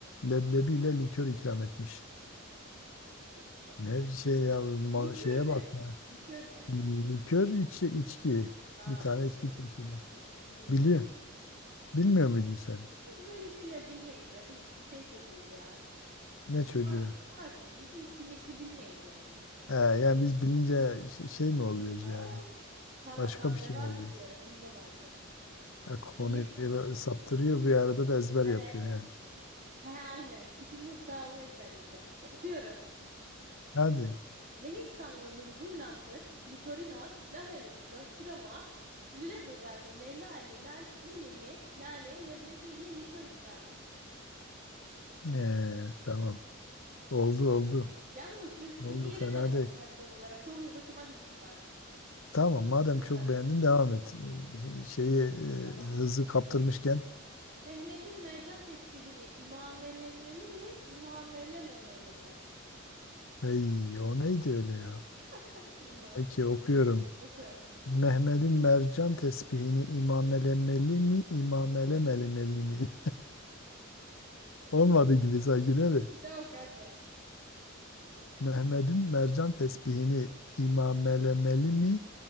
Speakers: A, on the left (about 70°); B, on the right (about 40°).
A: leblebi ile likör ikram etmiş.
B: Çok iyi.
A: Ne şey ya ma-
B: Likör
A: şeye
B: ne?
A: bak. ya.
B: Likör ne?
A: Likör içi içki.
B: Aa
A: Bir tane
B: okey.
A: içki çeşidi.
B: İşte biz bilmiyoruz
A: Biliyor.
B: öyle.
A: Bilmiyor muydun sen?
B: Biz böyle şeyler bilmeyiz ya. Biz şey çocuğuz ya.
A: Ne çocuğu?
B: Ma- Masum. Biz ilişki mişki bilmeyiz yani.
A: He, yani biz bilince ş- şey mi oluyoruz
B: Aa.
A: yani?
B: Tamam
A: Başka
B: tamam
A: bir şey
B: devam
A: mi oluyoruz?
B: ediyorum. Bilmem artık.
A: Ya konuyu
B: Le-
A: böyle saptırıyor bir arada da ezber
B: hadi
A: yapıyor
B: hadi.
A: yani.
B: He aynen. İşim yok daha onu ezberleyeceğim. O- Okuyorum.
A: Hadi.
B: Lehistanlı Lungur Lanfır, Likorinoz, Laf Hevesi, Lostroma, Lüleburgazlı Leyla ile La- Lelili, Lale'ye leblebi ile likör ikram etmiş.
A: Ee, tamam. Oldu oldu.
B: Yalnız şu, şu
A: Oldu
B: diğerini
A: fena
B: de mi okusak
A: değil.
B: son olarak? Çok hoşuma gitti bak.
A: Tamam madem
B: Kısa
A: çok
B: zaten.
A: beğendin devam et. Ee, Şeyi e,
B: Tamam.
A: hızı kaptırmışken.
B: Mehmet'in mercan tesbihini imamelemeli mi, imamelememeli mi?
A: Ey o neydi öyle ya?
B: <laughs> İmam.
A: Peki okuyorum.
B: Oku.
A: Mehmet'in mercan tesbihini imamelemeli mi, imamelemelemeli mi? <laughs> Olmadı gibi sanki değil mi?
B: Bir de oku hadi.
A: Mehmet'in mercan tesbihini imamelemeli mi,